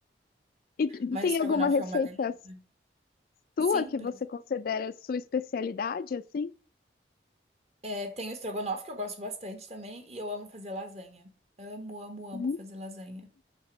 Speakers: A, on the left; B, on the right.
A: E t-
B: Mas
A: tem
B: o estrogonofe
A: alguma receita
B: é uma delícia.
A: sua
B: Simples.
A: que você considera sua especialidade, assim?
B: É, tem o estrogonofe, que eu gosto bastante também, e eu amo fazer lasanha. Amo, amo, amo
A: Hum.
B: fazer lasanha.